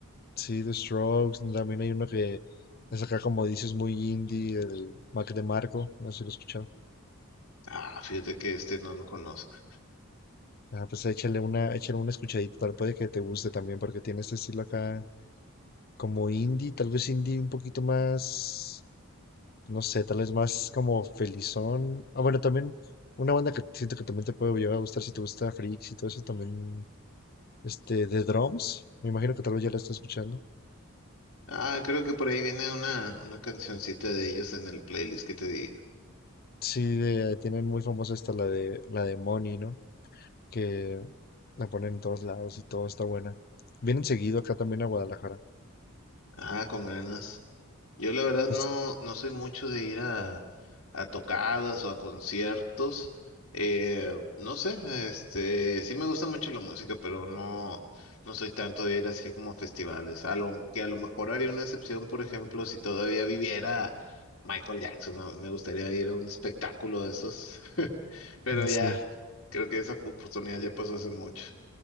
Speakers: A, on the left (about 45°); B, on the left (about 60°).
A: sí, The Strokes. También hay uno que es acá, como dices, muy indie, el Mac de Marco. No sé si lo has escuchado.
B: Ah, fíjate que este no lo conozco.
A: Ah, pues échale una, échale una escuchadita, tal puede que te guste también, porque tiene este estilo acá como indie, tal vez indie un poquito más, no sé, tal vez más como felizón. Ah, bueno, también una banda que siento que también te puede llegar a gustar si te gusta Freaks y todo eso también, este, The Drums. Me imagino que tal vez ya la estás escuchando.
B: Ah, creo que por ahí viene una, una cancioncita de ellos en el playlist que te digo.
A: Sí, de- eh, tienen muy famosa esta la de la de Money, ¿no? Que la ponen en todos lados y todo está buena. Vienen seguido acá también a Guadalajara.
B: Ah, con ganas. Yo la verdad
A: Es-
B: no, no soy mucho de ir a, a tocadas o a conciertos. Eh, no sé, este, sí me gusta mucho la música, pero no, no soy tanto de ir así como a festivales. A lo, que a lo mejor haría una excepción, por ejemplo, si todavía viviera Michael Jackson, ¿no? Me gustaría ir a un espectáculo de esos, <laughs> pero
A: mm,
B: ya,
A: sí,
B: creo que esa oportunidad ya pasó hace mucho.